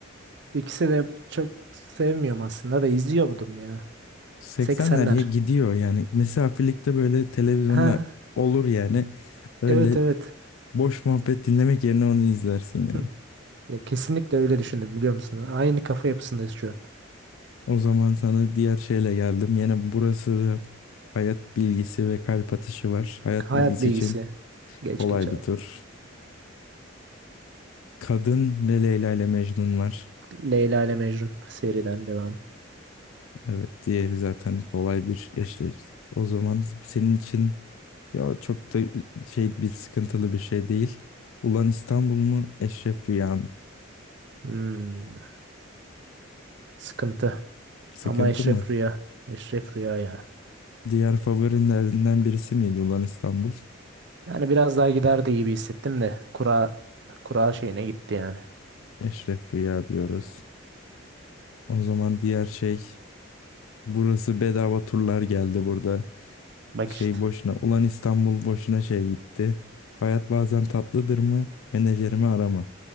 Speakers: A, on the right; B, on the left.
A: İkisi de çok sevmiyorum aslında da izliyordum ya.
B: 80'ler
A: 80'ler.
B: ya gidiyor yani. Mesafelikte böyle televizyonda
A: Ha,
B: olur yani. Öyle
A: evet evet.
B: boş muhabbet dinlemek yerine onu izlersin yani.
A: Hı, Ya kesinlikle öyle düşündüm biliyor musun? Aynı kafa yapısındayız şu an.
B: O zaman sana diğer şeyle geldim. Yine burası da hayat bilgisi ve kalp atışı var. Hayat
A: Hayat
B: bilgisi
A: bilgisi.
B: için
A: Geç
B: kolay
A: geç al.
B: bir tur. Kadın ve Leyla ile Mecnun var.
A: Leyla ile Mecnun seriden devam.
B: Evet diğeri zaten kolay bir işte o zaman senin için ya çok da şey bir sıkıntılı bir şey değil. Ulan İstanbul mu Eşref Rüya mı?
A: Hmm, sıkıntı.
B: Sıkıntı
A: Ama Eşref
B: mı?
A: Rüya. Eşref Rüya ya.
B: Diğer favorilerinden birisi miydi Ulan İstanbul?
A: Yani biraz daha giderdi gibi hissettim de kura kura şeyine gitti yani.
B: Eşref Rüya diyoruz. O zaman diğer şey burası bedava turlar geldi burada.
A: Bak
B: Şey
A: işte.
B: boşuna Ulan İstanbul boşuna şey gitti. Hayat bazen tatlıdır mı? Menajerimi arama.